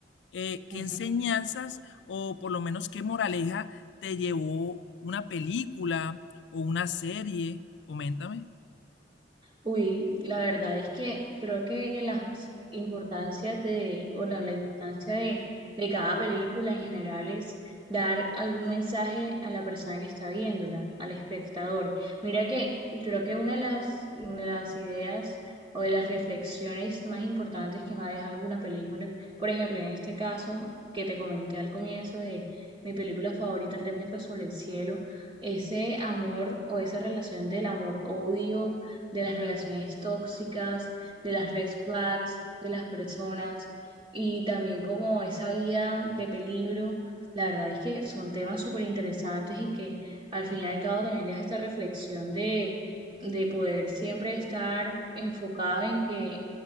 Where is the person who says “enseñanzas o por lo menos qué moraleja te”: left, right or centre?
Left